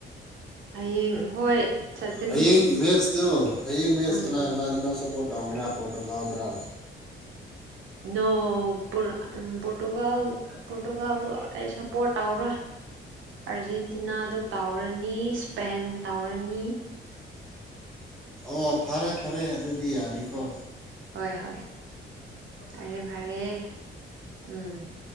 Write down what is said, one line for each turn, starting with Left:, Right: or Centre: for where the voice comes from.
Right: ꯍꯌꯦꯡ ꯍꯣꯏ ꯆꯠꯀꯅꯤ
Centre: ꯍꯌꯦꯡ ꯃꯦꯠꯆꯇꯨ ꯍꯌꯦꯡ ꯃꯦꯠꯆ
Right: ꯎꯝ
Centre: ꯀꯅꯥ ꯀꯅꯥꯗꯅꯣ ꯁꯞꯄꯣꯔꯠ ꯇꯧꯒꯦꯔꯥ ꯄꯣꯔꯇꯨꯒꯜꯗꯔꯥ
Right: ꯅꯣ ꯄꯨꯔ ꯎꯃ ꯄꯣꯔꯇꯨꯒꯜ ꯄ꯭ꯔꯣꯇꯨꯒꯥꯜꯗꯣ ꯑꯩ ꯁꯞꯄꯣꯔꯠ ꯇꯧꯔꯣꯏ ꯑꯥꯔꯖꯦꯟꯇꯤꯅꯥꯗꯣ ꯇꯥꯎꯔꯅꯤ ꯏꯁꯄꯦꯟ ꯇꯥꯎꯔꯅꯤ
Centre: ꯑꯣ ꯐꯔꯦ ꯐꯔꯦ ꯑꯗꯨꯗꯤ ꯌꯥꯔꯦꯀꯣ
Right: ꯍꯣꯏ ꯍꯣꯏ ꯐꯔꯦ ꯐꯔꯦ ꯎꯝ